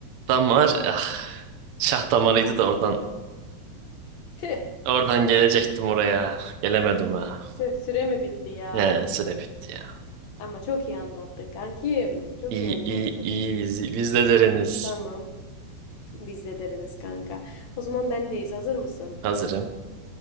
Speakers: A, on the right; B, on the left.
A: Damar, ah, şah damarıydı da oradan
B: Tüh.
A: oradan gelecektim oraya. Gelemedim ha.
B: Tüh, süre mi bitti ya?
A: He, süre bitti ya.
B: Ama çok iyi anlattın kankim. Çok
A: İyi,
B: iyi anlattın.
A: iyi, iyi. Biz de deriniz.
B: Tamam. Biz de deriniz kanka. O zaman bendeyiz. Hazır mısın?
A: Hazırım.